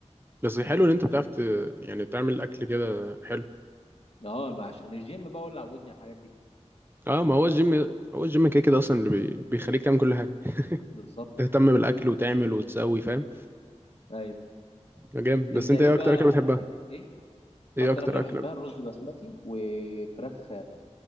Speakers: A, on the right; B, on the left.
A: بس حلو ان انت بتعرف ت- يعني تعمل الاكل كده حلو
B: اه بقى عشان الجيم بقى هو اللي عودني على الحاجات دي
A: اه ما هو الجيم هو الجيم كده كده اصلا اللي بي... بيخليك تعمل كل حاجه
B: بالظبط
A: تهتم بالاكل وتعمل وتسوي فاهم
B: ايوه
A: آه، جامد بس
B: انت
A: انت
B: ايه
A: ايه اكتر
B: بقى
A: اكله بتحبها
B: ايه
A: ايه
B: اكتر
A: اكتر
B: اكله
A: اكله
B: بحبها الرز بسمتي وفراخ